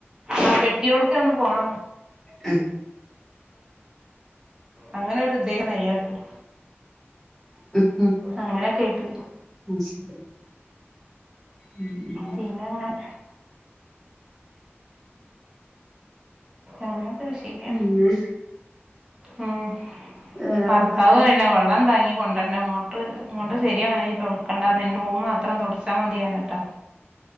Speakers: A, on the right (about 20°); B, in the centre.
A: ആഹ് പെട്ടിയോടുക്കങ്ങട് പോണം
B: ഹ്
A: അങ്ങനൊരു ഇതേണ് അയാക്ക്
B: <unintelligible> ഉം
A: അങ്ങനെയൊക്കെ ആയിട്ട്
B: മുഷീദ് ഉം
A: പിന്നങ്ങനെ അങ്ങനൊക്കെത് ശരിയ
B: പിന്നെ
A: ഉം
B: വേറെന്തൊക്കെ
A: ഭർത്താവ് വരണം വെള്ളം താങ്ങി കൊണ്ടുവരണം മോ ട്ടർ മോട്ടർ ശരിയായി- തുടക്കണ്ടാന്നഎന്റെ റൂം മാത്രം തുടച്ചാൽ മതിയർന്നിട്ടാ.